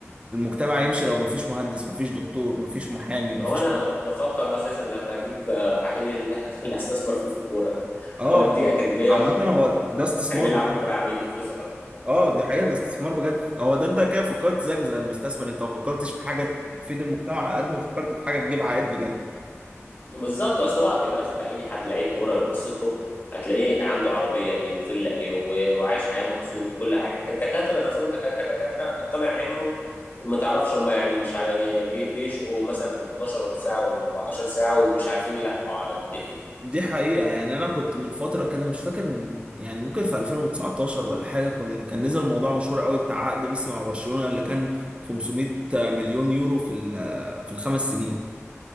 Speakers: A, on the right; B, on the left.
A: المجتمع يمشي لو ما فيش مهندس ما فيش دكتور ما فيش محامي ما
B: او
A: فيش
B: انا بفكر اساسا لما اجيب آه، عيل <laughs> اللي استثمر فيه في الكوره
A: اه
B: اوديه
A: ما-
B: اكاديميه
A: عامه
B: واخليه
A: هو ده استثمار بجد
B: يلعب بالكوره يا عم يجيب فلوس
A: اه دي حقيقه ده استثمار بجد هو ده انت كده فكرت زيك زي المستثمر انت ما فكرتش في حاجه تفيد المجتمع على قد ما فكرت في حاجه تجيب عائد بجد
B: بالظبط اصل هو دلوقتي انت اي حد لعيب كوره لو بصيت له هتلاقيه عنده عربيه ايه وفيلا ايه و- وعايش حياه مبسوط وكل حاجه الدكاتره نفسهم الدكاتره كدكاتره طالع عينهم وما تعرفش هم يعني مش عارف- يعني بي- بيشقوا مثلا بال 12 ساعه ولا 14 ساعه ومش عارفين يلحقوا على الدنيا
A: دي حقيقة يعني أنا كنت من فترة كده مش فاكر من يعني ممكن في 2019 ولا حاجة كان كان نزل موضوع مشهور قوي بتاع عقد ميسي مع برشلونة اللي كان 500 مليون يورو في ال- في الخمس سنين